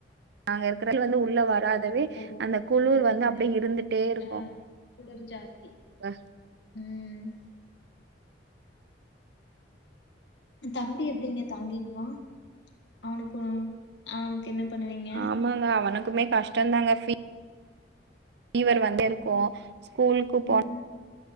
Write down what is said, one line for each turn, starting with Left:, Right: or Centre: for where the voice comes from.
Right: நாங்க இருக்குற ஒளி வந்து உள்ள வராது வே
Left: ஓ
Right: அந்த குளுர்
Left: சரி
Right: வந்து
Left: சரி
Right: அப்டியே இருந்துட்டே இருக்கு
Left: ஆ குளிர் ஜாஸ்தி
Right: வ
Left: ம் தம்பி எப்டிங்க தாங்கிக்குவா அவனுக்கு அவனுக்கு என்ன பண்ணுவீங்க
Right: ஆமாங்க அவனுக்குமே கஷ் டந்தாங்க ஃபீ ஃபீவர் வந்திருக்கு
Left: ம்
Right: ஸ்கூலுக்கு போ
Left: ம்